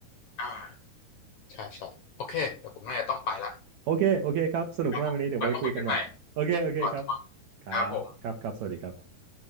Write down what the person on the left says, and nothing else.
อ่าใช่ใช่โอเคเดี๋ยวผมน่าจะต้องไปละ
ครับผมไว้มาคุยกันใหม่ขอตัว
ครับผม